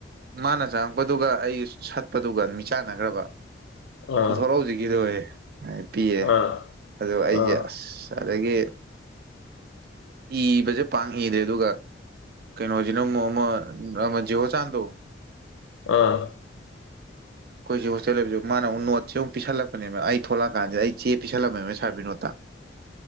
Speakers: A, on the right (about 55°); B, on the left (about 70°).
A: ꯃꯥꯅ ꯆꯪꯉꯛꯄꯗꯨꯒ ꯑꯩ ꯁꯠꯄꯗꯨꯒ ꯃꯤ ꯆꯥꯟꯅꯈ꯭ꯔꯕ
B: ꯑꯥ
A: ꯄꯨꯊꯣꯔꯛꯎꯧꯁꯤꯒꯤꯗ ꯄꯤꯔꯦ
B: ꯑꯥ
A: ꯑꯣ ꯑꯩꯁꯦ
B: ꯑꯥ
A: ꯑꯁ ꯑꯗꯒꯤ ꯏꯕꯁꯦ ꯄꯥꯡ ꯏꯗꯦ ꯑꯗꯨꯒ ꯀꯩꯅꯣꯁꯤꯅ ꯑꯃꯨꯛ ꯑꯃ ꯑꯃ ꯖꯤꯍꯣ ꯆꯥꯟꯗꯣ
B: ꯑꯥ
A: ꯑꯩꯈꯣꯏꯁꯤ ꯍꯣꯁꯇꯦꯜ ꯂꯩꯕꯖꯨ ꯃꯥꯅ ꯑꯃꯨꯛ ꯅꯣꯠꯁꯦ ꯑꯃꯨꯛ ꯄꯤꯁꯜꯂꯛꯄꯅꯦꯕ ꯑꯩ ꯊꯣꯛꯂꯛꯑꯀꯥꯟꯁꯤꯗ ꯑꯩ ꯆꯦ ꯄꯤꯁꯜꯂꯝꯃꯦꯕ ꯁꯥꯔ ꯕꯤꯅꯣꯠꯇ <unintelligible>